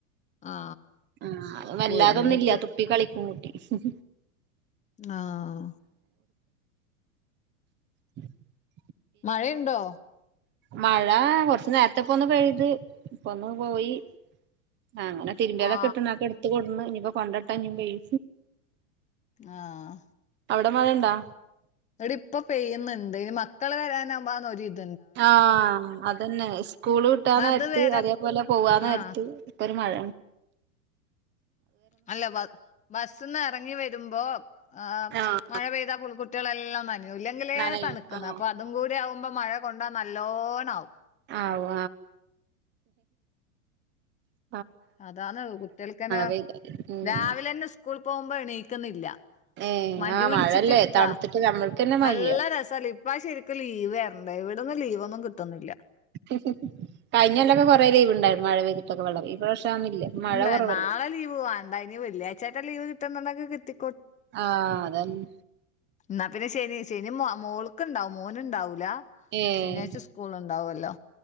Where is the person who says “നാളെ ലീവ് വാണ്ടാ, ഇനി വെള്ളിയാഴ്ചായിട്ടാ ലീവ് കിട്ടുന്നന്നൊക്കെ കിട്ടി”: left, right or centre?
Left